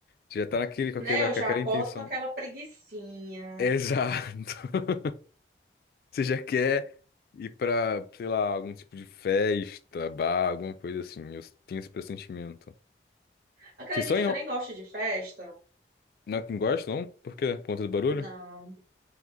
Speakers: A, on the left; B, on the right.
A: Você já tá naquele, com
B: Né?
A: aquele,
B: Eu
A: com
B: já
A: aquela
B: acordo
A: intenção.
B: com aquela preguicinha.
A: <laughs> Exato. Você já quer ir pra, sei lá, algum tipo de festa, bar, alguma coisa assim. Eu tenho esse pressentimento.
B: Acredita
A: Vocês só enro...
B: que eu nem gosto de festa?
A: não é que gosta, não? Por quê? Por conta do barulho?
B: Não.